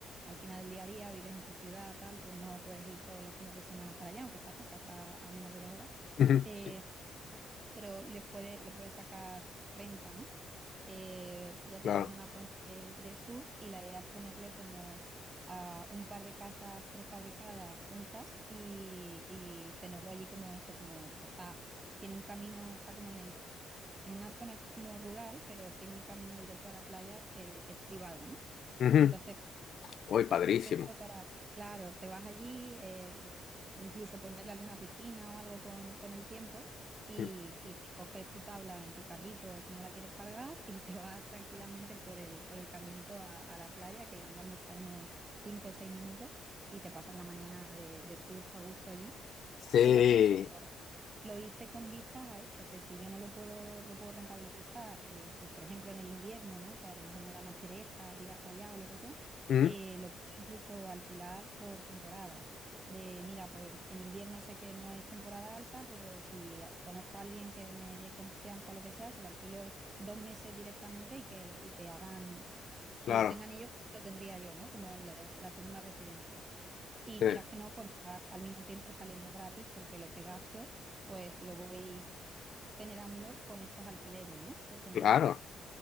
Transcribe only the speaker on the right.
al final del día a día vives en tu ciudad, tal, pues no puedes ir todos los fines de semana para allá, aunque está cerca, está a menos de dos horas.
eh,
pero le puede, le puede sacar renta, ¿no? Eh, ya
te digo, es una zona de, de surf y la idea es ponerle como a un par de casas prefabricadas juntas y, y tenerlo allí como eso, como está, tiene un camino, está como en el, en una zona que es como rural, pero tiene un camino directo a la playa que es privado, ¿no?
Entonces,
es
perfecto para, claro, te vas allí, eh, incluso ponerle alguna piscina o algo con, con el tiempo y,
y te coges tu tabla en tu carrito si no la quieres cargar y te vas tranquilamente por el, por el caminito a, a la playa, que andando está unos 5 o 6 minutos y te pasas la mañana de, de surf a gusto allí.
Entonces, eso, lo hice con vistas a esto, que si yo no lo puedo, lo puedo rentabilizar, eh, pues por ejemplo en el invierno, ¿no? Que a lo mejor me da más pereza tirar para allá o lo que sea,
eh, lo puedo incluso alquilar por temporadas. De, mira, pues en invierno sé que no es temporada alta, pero si a- conozco a alguien que me dé confianza o lo que sea, se lo alquilo dos meses directamente y que, y que hagan, que
lo tengan ellos, como lo tendría yo, ¿no? Como la la segunda residencia. Y
quieras que no, pues me va al mismo tiempo saliendo gratis porque lo que gasto, pues lo voy generando con estos alquileres, ¿no? Por temporada.